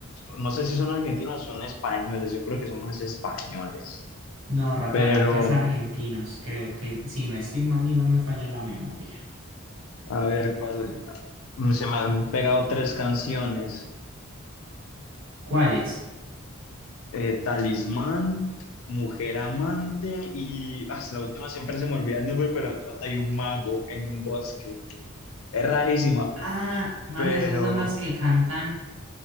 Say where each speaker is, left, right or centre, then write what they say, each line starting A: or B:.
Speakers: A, on the left (about 75°); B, on the right (about 70°).
A: no sé si son argentinos o son españoles, yo creo que son más españoles.
B: No, Rata
A: Pero,
B: Blanca es argentinos, creo que si no estoy mal y no me falla la memoria.
A: a ver, ¿cuál? Se me han pegado tres canciones.
B: ¿Cuáles?
A: eh, Talismán, Mujer Amante y ah, la última siempre se me olvida el nombre, pero trata de un mago en un bosque. Es rarísima,
B: Ah, mano,
A: pero
B: esos son los que cantan.